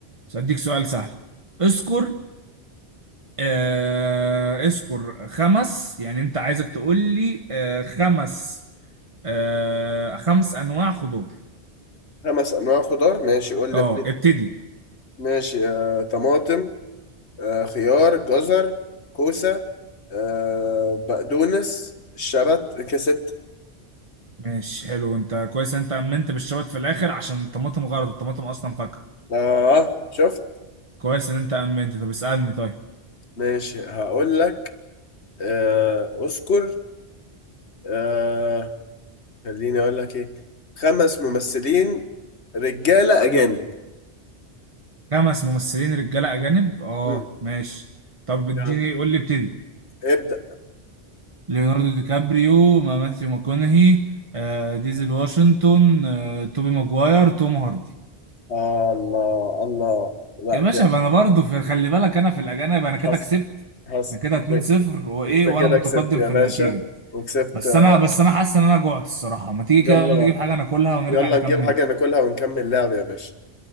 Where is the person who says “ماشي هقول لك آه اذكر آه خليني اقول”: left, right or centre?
Left